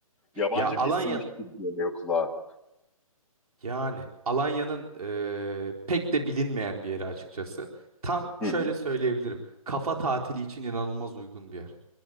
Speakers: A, in the centre; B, on the right.
A: Yabancı
B: Ya Alanya
A: bir isimmiş gibi geliyor kulağa.
B: yani Alanya'nın eee, pek de bilinmeyen bir yeri açıkçası. Tam
A: Hı
B: şöyle
A: hı.
B: söyleyebilirim. Kafa tatili için inanılmaz uygun bir yer.